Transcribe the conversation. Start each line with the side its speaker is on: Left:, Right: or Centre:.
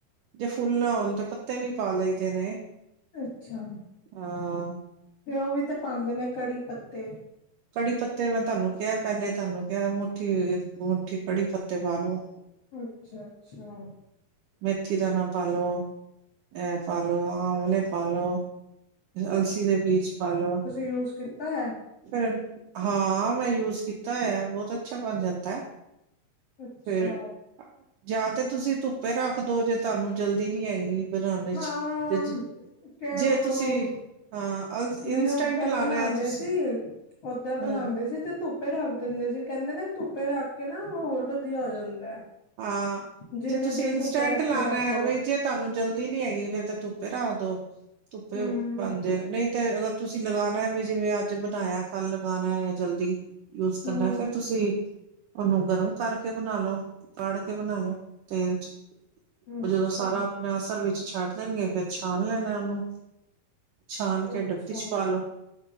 Right: ਜੇ ਫੁੱਲ ਨਾ ਹੋਣ ਤੇ ਪੱਤੇ ਵੀ ਪਾ ਲਈਦੇ ਨੇ।
Left: ਅੱਛਾ।
Right: ਹਾਂ
Left: ਤੇ ਉਹ ਵੀ ਤੇ ਪਦੇ ਨੇ ਕੜੀ ਪੱਤੇ
Right: ਕੜੀ ਪੱਤੇ ਮੈਂ ਤੁਹਾਨੂੰ ਕਿਹਾ ਪਹਿਲੇ ਤੁਹਾਨੂੰ ਕਿਹਾ ਮੁਠੀ -ਮੁੱਠੀ ਕੜੀ ਪੱਤੇ ਪਾ ਲੋ।
Left: ਅੱਛਾ -ਅੱਛਾ।
Right: ਮੈਥੀ ਦਾਨਾ ਪਾ ਲੋ। ਇਹ ਪਾ ਲੋ, ਆਮਲੇ ਪਾ ਲੋ, ਅਲ਼ਸੀ ਦੇ ਬੀਜ਼ ਪਾ ਲੋ
Left: ਯੂਜ਼ ਕੀਤ ਤੋ ਐ
Right: ਫਿਰ ਉਨੂ, ਹਾਂ ਮੈਂ ਯੂਜ਼ ਕੀਤਾ ਹੋਇਆ, ਬਹੁਤ ਅੱਛਾ ਬਣ ਜਾਂਦਾ।
Left: ਅੱਛਾ।
Right: ਫਿਰ ਜਾਂ ਤੇ ਤੁਸੀਂ ਧੁੱਪੇ ਰੱਖਦੋ, ਜੇ ਤੁਹਾਨੂੰ ਜਲਦੀ ਨੀ ਹੈਗੀ। ਬਰਾਂਡੇ 'ਚ
Left: ਹਾਂ
Right: ਇਚ
Left: ਤੇ
Right: ਜੇ ਤੁਸੀਂ
Left: ਉਹ
Right: ਹਾਂ
Left: ਮੇਰੇ
Right: ਇੰਸਟੈਂਟ
Left: ਉੱਧਰ
Right: ਲਾਣਾ
Left: ਬਨਾਂਦੇ
Right: ਹੈ ਤੁਸੀਂ
Left: ਸੀ। ਉੱਧਰ
Right: ਹਾਂ
Left: ਬਨਾਂਦੇ ਸੀ ਤੇ ਧੁੱਪ ਧੁੱਪੇ ਰੱਖ ਦਿੰਦੇ ਸੀ, ਕਹਿੰਦੇ ਨੇ ਧੁੱਪੇ ਰੱਖ ਕੇ ਨਾ, ਹੋਰ ਵਧੀਆ ਹੋ ਜਾਂਦਾ।
Right: ਹਾਂ,
Left: ਜਿੰਨੇ
Right: ਜੇ ਤੁਸੀਂ
Left: ਦਿਨ
Right: ਇੰਸਟੈਂਟ
Left: ਧੁੱਪੇ ਰੱਖੇ
Right: ਲਾਨਾ,
Left: ਰੱਖੋ
Right: ਵ‌ਈ ਜੇ ਤੁਹਾਨੂੰ ਜਲਦੀ ਨੀ ਹੈਗੀ, ਫੇਰ ਤੇ ਧੁੱਪੇ ਰੱਖ ਦੋ। ਧੁੱਪੇ
Left: ਹਮ
Right: ਬਣ ਜੇ। ਨਹੀਂ ਤੇ ਅਗਰ ਤੁਸੀਂ ਲਗਾਣਾ, ਵੀ ਜਿਵੇਂ ਅੱਜ ਬਣਾਇਆ ਕੱਲ੍ਹ ਲਗਾਣਾ, ਜਾਂ ਜਲਦੀ ਯੂਜ ਕਰਨਾ।
Left: ਹਮ
Right: ਫੇਰ ਤੁਸੀਂ ਉਹਨੂੰ ਗਰਮ ਕਰਕੇ ਬਣਾਲੋ ਕੜ ਕੇ ਬਣਾਉਣੇ ਓ ਤੇਲ 'ਚ ਉਹ
Left: ਅੱਛਾ
Right: ਜਦੋਂ ਸਾਰਾ ਆਪਣਾ ਅਸਰ ਵਿੱਚ ਛੱਡ ਦੇਣਗੇ, ਫਿਰ ਛਾਣ ਲੈਂਣਾਂ ਉਹਨੂੰ। ਛਾਨ ਕੇ
Left: ਅੱਛਾ
Right: ਡੱਬੀ 'ਚ ਪਾ ਲੋ।